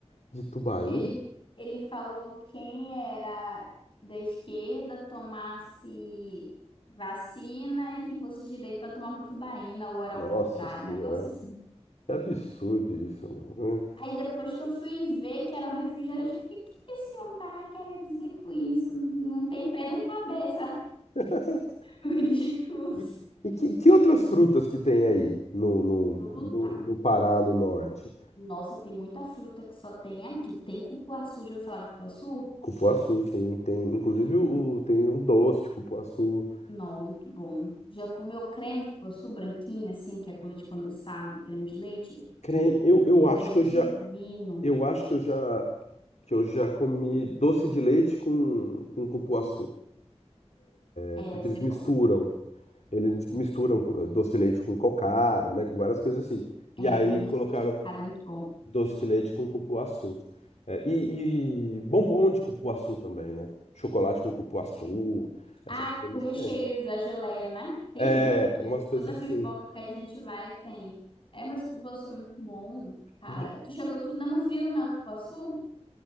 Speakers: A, on the left; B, on the left.
A: de Tubaína?
B: ele, ele falou quem era da esquerda tomasse vacina e quem fosse de direita tomava tubaína, ou era
A: Nossa
B: o contrário,
A: Senhora,
B: um negócio assim.
A: que absurdo isso, mano.
B: Aí depois que eu fui ver que era um refrigerante, eu fiquei, o que que esse homem tava querendo dizer com isso? Não tem pé nem cabeça
A: <laughs>
B: <laughs> o discurso.
A: E, e que, que outras frutas que tem aí no, no,
B: Fruta.
A: no, no Pará, no norte?
B: Nossa, tem muita fruta que só tem aqui. Tem cupuaçu, já ouviu falar de cupuaçu?
A: Cupuaçu, sim. Tem, inclusive o, tem o doce de cupuaçu.
B: Não, muito bom. Já comeu creme de cupuaçu branquinho, assim, que é com leite condensado, e creme de leite?
A: Creme. Eu, eu acho
B: É divino.
A: que eu já, eu acho que eu já, que eu já comi doce de leite com, com cupuaçu.
B: É,
A: É, porque
B: deve
A: eles
B: ser
A: misturam.
B: bom.
A: Eles misturam com- doce de leite com cocada, né? Com várias coisas assim.
B: É,
A: E aí
B: o doce
A: colocaram.
B: de leite cocada é muito bom.
A: Doce de leite com cupuaçu. É, e, e bombom de cupuaçu também, né? Chocolate com cupuaçu, essas
B: Ah,
A: coisas
B: o recheio
A: tem.
B: da geleia, né? Tem
A: É,
B: muito aqui.
A: umas coisas
B: Toda biboca
A: assim.
B: que a gente vai tem. É, mas o cupuaçu é muito bom, cara.
A: Bo-
B: Tu chegou, tu ainda não viu, né, o cupuaçu?